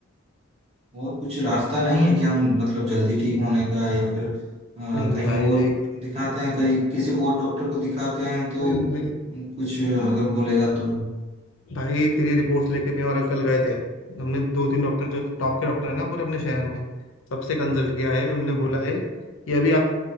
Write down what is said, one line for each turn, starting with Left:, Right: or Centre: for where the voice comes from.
Right: और कुछ रास्ता नहीं है कि हम मतलब जल्दी ठीक होने का या फिर आ,
Left: नहीं नहीं
Right: कहीं
Left: भाई
Right: और
Left: देख
Right: दिखाते हैं कहीं किसी और डॉक्टर को दिखाते हैं तो
Left: नहीं, नहीं,
Right: कुछ अगर बोलेगा तो
Left: भाई तेरी रिपोर्ट्स लेके मैं और
Right: कुछ
Left: अंकल गए थे हमने दो तीन डॉक्टर जो टॉप के डॉक्टर है ना पूरे अपने शहर में सबसे कंसल्ट किया है उनने
Right: हाँ
Left: बोला है कि अभी आप